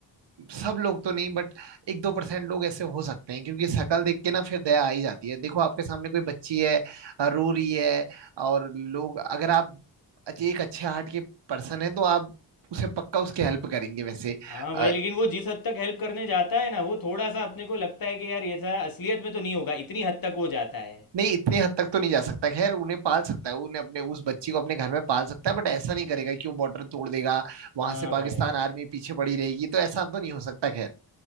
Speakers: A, on the right; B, on the left.
A: सब लोग तो नहीं बट एक दो परसेंट लोग ऐसे हो सकते हैं क्योंकि शक्ल देख के ना फिर दया आ ही जाती है देखो आपके सामने कोई बच्ची है अ, रो रही है और लोग अगर आप अच्छे- एक अच्छे हार्ट के पर्सन हैं तो आप उसे पक्का उसकी हेल्प करेंगे वैसे
B: हाँ भाई
A: अ,
B: लेकिन वो जिस हद तक हेल्प करने जाता है ना वो थोड़ा सा अपने को लगता है कि यार ऐसा असलियत में तो नहीं होगा इतनी हद तक वो जाता है
A: नहीं इतने हद तक तो नहीं जा सकता खैर उन्हें पाल सकता है उन्हें अपने उस बच्ची को अपने घर में पाल सकता है बट ऐसा नहीं करेगा कि वो बॉर्डर तोड़ देगा वहां
B: हाँ
A: से
B: भाई
A: पाकिस्तान आर्मी पीछे पड़ी रहेगी तो ऐसा तो नहीं हो सकता खैर